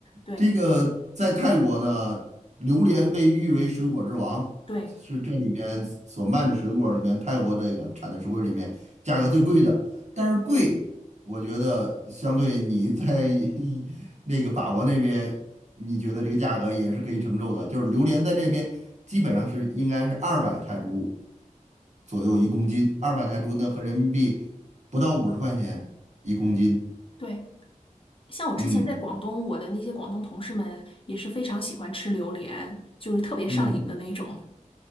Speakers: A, on the left; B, on the right.
A: 对
B: 这个在泰国呢，榴莲被誉为水果之王，
A: 对
B: 是这里面所卖的水果里面，泰国这个产的水果里面价格最贵的。但是贵，我觉得相对你在一那个法国那边，你觉得这个价格也是可以承受的。就是榴莲在这边基本上是应该是二百泰铢左右一公斤，二百泰铢呢合人民币不到五十块钱一公斤。
A: 对，像我之前在广东，
B: 嗯
A: 我的那些广东同事们也是非常喜欢吃榴莲，就是特别上瘾的那种。
B: 嗯。